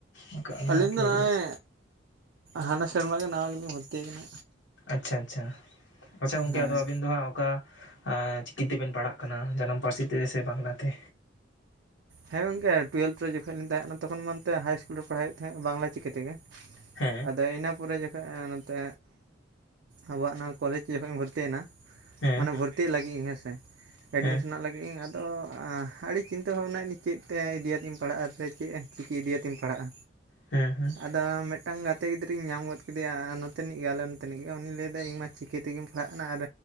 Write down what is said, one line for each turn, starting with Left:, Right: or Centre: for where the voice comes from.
Left: ᱨᱟᱠᱟᱜ
Right: ᱟᱹᱞᱤᱧ ᱫᱚ ᱱᱚᱜᱼᱚᱭ
Left: ᱟᱞᱮ <inaudible>
Right: ᱦᱟᱱᱟ ᱥᱮᱨᱢᱟ ᱜᱮ ᱱᱟᱣᱟ ᱜᱮᱞᱤᱧ ᱵᱷᱚᱨᱛᱤ ᱟᱠᱟᱱᱟ᱾
Left: ᱟᱪᱪᱷᱟ ᱟᱪᱪᱷᱟ, ᱟᱪᱪᱷᱟ ᱜᱚᱝᱠᱮ
Right: ᱦᱳᱭ
Left: ᱟᱫᱚ ᱟᱵᱤᱱ ᱫᱚ ᱦᱟᱸᱜ ᱚᱠᱟ ᱟᱸ ᱪᱤᱠᱤ ᱛᱮᱵᱮᱱ ᱯᱟᱲᱦᱟᱜ ᱠᱟᱱᱟ ᱡᱟᱱᱟᱢ ᱯᱟᱹᱨᱥᱤ ᱛᱮ ᱥᱮ ᱵᱟᱝᱞᱟ ᱛᱮ?
Right: ᱦᱮᱸ ᱜᱚᱝᱠᱮ ᱴᱩᱭᱮᱞᱵᱷᱷ ᱨᱮ ᱡᱚᱠᱷᱚᱡ ᱞᱤᱧ ᱛᱟᱦᱮᱸ ᱠᱟᱱᱟ ᱛᱚᱠᱷᱚᱱ ᱱᱚᱱᱛᱮ ᱦᱟᱭ ᱤᱥᱠᱩᱞ ᱨᱮ ᱯᱟᱲᱦᱟᱣᱮᱫ ᱛᱟᱦᱮᱸᱫ ᱵᱟᱝᱞᱟ ᱪᱤᱠᱤ ᱛᱮᱜᱮ,
Left: ᱦᱮᱸ
Right: ᱟᱫᱚ ᱤᱱᱟᱹ ᱯᱚᱨᱮ ᱡᱚ ᱠᱷᱚᱡ ᱱᱚᱱᱛᱮ ᱟᱵᱚᱣᱟᱜ ᱱᱚᱣᱟ ᱠᱚᱞᱮᱡᱽ ᱡᱚᱠᱷᱚᱡ ᱤᱧ ᱵᱷᱚᱨᱛᱤᱭᱮᱱᱟ,
Left: ᱦᱮᱸ
Right: ᱢᱟᱱᱮ ᱵᱷᱚᱨ ᱛᱤᱜ ᱞᱟᱹᱜᱤᱫ ᱤᱧ ᱦᱮᱸᱥ ᱮ, ᱮᱰᱢᱤᱥᱚᱱᱚᱜ
Left: ᱦᱮᱸ
Right: ᱞᱟᱹᱜᱤᱫ ᱤᱧ ᱟᱫᱚ ᱟᱹᱰᱤ ᱪᱤᱱᱛᱟᱹ ᱵᱷᱟᱵᱱᱟᱭᱮᱫ ᱞᱤᱧ ᱪᱮᱫ‌ᱛᱮ ᱤᱫᱤᱭᱟᱛᱤᱧ ᱯᱟᱲᱦᱟᱜᱼᱟ ᱥᱮ ᱪᱮᱫ ᱪᱤᱠᱤ ᱤᱫᱤᱭᱟᱛᱤᱧ ᱯᱟᱲᱦᱟᱜᱼᱟ,
Left: ᱦᱮᱸ ᱦᱮᱸ᱾
Right: ᱟᱫᱚ ᱢᱤᱫᱴᱟᱝ ᱜᱟᱛᱮ ᱜᱤᱫᱽᱨᱟᱹᱧ ᱧᱟᱢ ᱜᱚᱫ ᱠᱮᱫᱮᱭᱟ ᱱᱚᱛᱮᱱᱤᱡ ᱜᱮ ᱟᱞᱮ ᱱᱚᱛᱮᱱᱤᱡ ᱜᱮ, ᱩᱱᱤ ᱞᱟᱹᱭᱫᱟᱭ ᱤᱧ ᱢᱟ ᱪᱤᱠᱤ ᱛᱮᱜᱮᱢ ᱯᱟᱲᱦᱟᱜ ᱠᱟᱱᱟ, ᱟᱨ